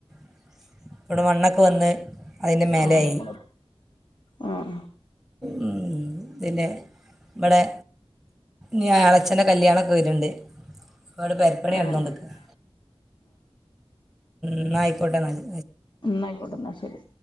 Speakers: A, in the centre; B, on the left.
A: <inaudible> ഇവിടെ മണ്ണൊക്കെ വന്ന്- അതിൻ്റെ മേലെയായി
B: ആഹ ആഹ
A: ഉം, പിന്നെ ഇവിടെ ഞായാഴചഎന്റെ കല്യാണയാണ് വരുണ്ട് അവിടെ പെപരപ്പണി
B: ആ
A: നടന്നോണ്ടിരിക്കണ്
B: ആ
A: എന്നാ ആയിക്കോട്ടെ എന്നാ
B: എന്നന്നായിക്കോട്ടുന്ന ശരി